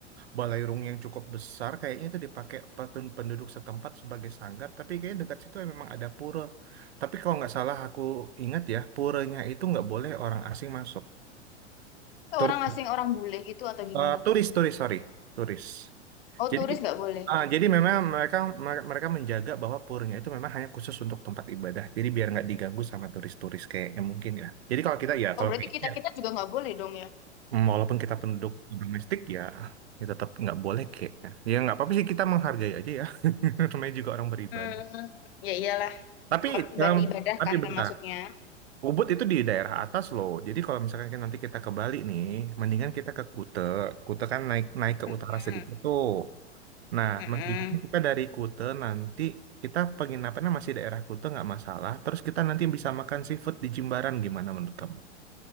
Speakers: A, on the right (about 60°); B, on the left (about 50°).
A: balairung yang cukup besar. Kayaknya itu dipakai petun- penduduk setempat sebagai sanggar. Tapi kayaknya dekat situ ya memang ada pura. Tapi kalau nggak salah aku ingat ya, puranya itu nggak boleh orang asing masuk.
B: Kayak
A: Turis,
B: Orang asing orang bule gitu atau gimana?
A: eh, turis, turis, sorry, turis.
B: Oh
A: Jadi
B: turis nggak boleh.
A: ah, jadi memang mereka mereka menjaga bahwa puranya itu memang hanya khusus untuk tempat ibadah. Jadi biar nggak diganggu sama turis-turis kayaknya mungkin ya. Jadi kalau kita ya
B: Oh
A: kalau
B: berarti
A: kita
B: kita kita juga nggak boleh dong ya?
A: Walaupun kita penduduk domestik ya, ya tetap nggak boleh kayaknya. Ya nggak apa-apa sih kita menghargai aja ya. <laughs> Namanya juga orang beribadah.
B: Hmm, ya iyalah
A: Tapi
B: tempat buat
A: em,
B: ibadah
A: tapi
B: kan
A: bentar.
B: termasuknya.
A: Ubud itu di daerah atas loh. Jadi kalau misalkan kan nanti kita ke Bali nih, mendingan kita ke Kute. Kute kan naik naik ke
B: Hmm,
A: utara sedikit tuh. Nah,
B: hmm,
A: mendingan kita dari Kute nanti kita penginapannya masih daerah Kute nggak masalah. Terus kita nanti bisa makan seafood di Jimbaran gimana menurut kamu?